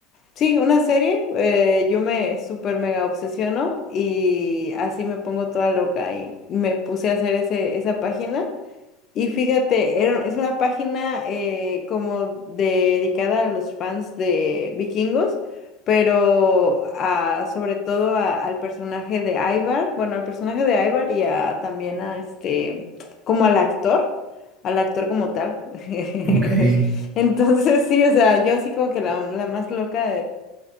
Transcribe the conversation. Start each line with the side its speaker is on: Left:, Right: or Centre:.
Left: Sí, una serie, eh, yo me súper mega obsesiono y así me pongo toda loca y me puse a hacer ese, esa página. Y fíjate, era, es una página eh, como dedicada a los fans de Vikingos, pero a- sobre todo a- al personaje de Ivar, bueno, al personaje de Ivar y a, también a este, como al actor, al actor como tal.
Right: <laughs>
Left: <laughs>
Right: ok, <laughs>
Left: Entonces sí, o sea, yo así como que la, la más loca